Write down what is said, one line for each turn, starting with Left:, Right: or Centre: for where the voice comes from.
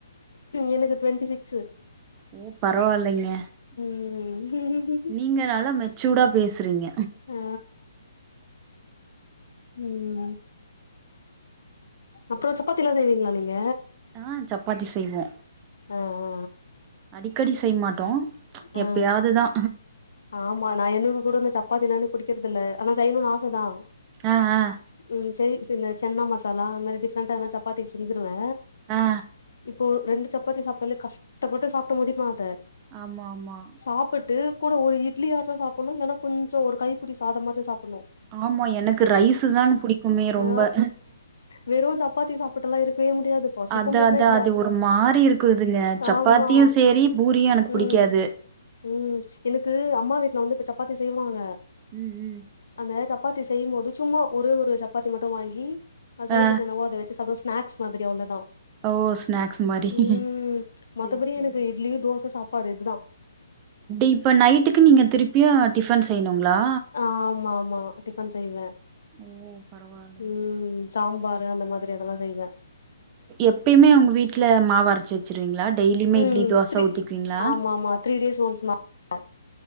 Left: எனக்கு டுவெண்டி சிக்சு
Right: ஓ பரவால்லைங்க
Left: ம் ம்
Right: நீங்க நல்லா மெச்சூடா பேசுறீங்க
Left: ஆ ம் அப்றோ சப்பாத்தில்லா செய்வீங்ளா நீங்க
Right: ஆ சப்பாத்தி செய்வோ
Left: ஆ ஆ
Right: அடிக்கடி செய் மாட்டோ
Left: ஆ
Right: எப்யாதுதா
Left: ஆமா நா எனுக்கு கூட இந்த சப்பாத்திலா புடிக்கிறது இல்ல ஆனா செய்ணுன்னு ஆசதா
Right: ஆ ஆ
Left: ம் சைடிஷ் என்ன சென்னா மசாலா அந்த மாரி டிஃப்ரெண்டா எதனா சப் சப்பாத்திக்கு செஞ்சிருவே
Right: ஆ
Left: இப்போ ரெண்டு சப் பாத்தி சாப்டாளே கஷ்டப்பட்டு சாப்புட்டு முடிப்பே அத
Right: ஆமா ஆமா
Left: சாப்பிட்டு கூட ஒரு இட்லியாச்சு சாப்ட்ணு இல்லன்னா கொஞ்சோ ஒரு கைபுடி சாதமாச்சு சாப்ட்ணு
Right: ஆமா எனக்கு ரைஸ் தான் புடிக்குமே ரொம்ப
Left: ஆ வெறு சப்பாத்தி சாப்பிட்டு எல்லா இருக்கவே முடியாது பசிக்கு
Right: அதா
Left: மிட்
Right: அதா
Left: நைட்ல
Right: அது ஒரு மாறி இருக்குதுங்க சப்பாத்தியு
Left: ஆமா
Right: சேரி பூரியு எனக்கு
Left: ம்
Right: புடிக்காது
Left: ம் எனக்கு அம்மா வீட்ல வந்து இப்ப சப்பாத்தி செய்வாங்க
Right: ம் ம்
Left: அந்த சப்பாத்தி செய்யும் போது சும்மா ஒரே ஒரு சப்பாத்தி மட்டு வாங்கி சைடிஷ்
Right: ஆ
Left: என்னவோ அத வெச்சு சாப் ஸ்நாக்ஸ் மாரி அவ்ளோதா
Right: ஓ ஸ்நாக்ஸ் மாரி
Left: ம்
Right: சேரி
Left: மத்தபடி
Right: சேரிங்
Left: எனக்கு இட்லி தோச சாப்பாடு இதுதா
Right: இப்ப நைட்டுக்கு நீங்க திருப்பியு டிஃபன் செய்யணுங்களா
Left: ஆமாமா டிஃபன் செய்வ
Right: ஓ பரவால்ல
Left: ம் சாம்பாரு அந்த மாரி எதுனா செய்வ
Right: எப்பயுமே உங்க வீட்ல மாவு அரச்சு வெச்சுருவீங்களா டெய்லியுமே
Left: ம்
Right: இட்லி தோச
Left: த்ரீ
Right: ஊத்திபீங்ளா
Left: ஆமா ஆமா த்ரீ டேய்ஸ் ஒன்ஸ் <unintelligible>